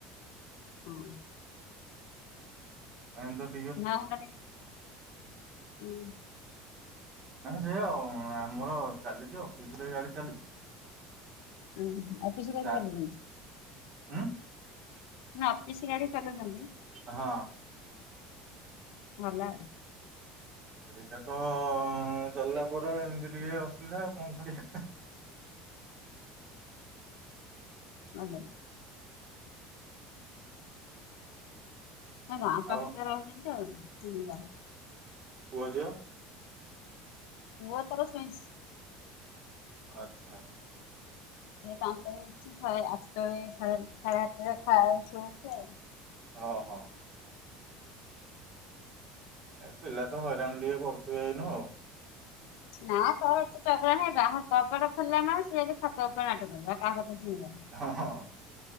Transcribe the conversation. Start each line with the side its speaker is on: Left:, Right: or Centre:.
Left: ହଁ।
Right: ଗ୍ରାଇଁଡର।
Left: ନଅ ଘଣ୍ଟାରେ ହୁଁ।
Right: ସେ ଆଉ ଆମର ଚାଲିଛି ଅଫିସିରେ ଗାଡ଼ି ଚାଲିଛି।
Left: ଏଁ ଅଫିସ ଗଲେଣି
Right: ସା
Left: ଗାଡ଼ି ନେଇ କିନି।
Right: ଉଁ।
Left: ନା ଅଫିସ ଗାଡ଼ି ଚଲଉଛନ୍ତି।
Right: ହଁ।
Left: ମଲା।
Right: ହେଇଟା ତ ଚାଲିଲା ପରେ ଏମିତି ଟିକେ ଅସୁବିଧା ଆଉ କଣ କରିବା।
Left: ହଁ ବେ ହଁ ଗାଁ ପାଖରେ
Right: ଆଉ।
Left: ରହିଛନ୍ତି ଆଉ ସ୍କୁଲୁକୁ ଯାଉଚନ୍ତି।
Right: ପୁଅ ଝିଅ।
Left: ପୁଅ ତାର ଶୋଇଛି।
Right: ଆଚ୍ଛା।
Left: ପାଞ୍ଚଟାରେ ଉଠୁଛି ସେ ଆଠଟାରେ ସାଢ଼େ ଆଠଟାରେ ଖାଉଛି ଶୋଇଛି ଆଉ।
Right: ହଁ ହଁ। ଏ ପିଲା ତ ହଇରାଣ ଟିକେ କରୁଥିବେ ଏଇନୁ ଆଉ।
Left: ନା ତଳ ଏତେ ଚଗଲା ନାହି ଯାହା କବାଟ ଖୋଲିଲା ମାନେ ସେ ଛାତ ଉପରେ ନାଟ କରିବ ଆଉ କାହା କଥା ଶୁଣିବନି।
Right: ହଁ ହଁ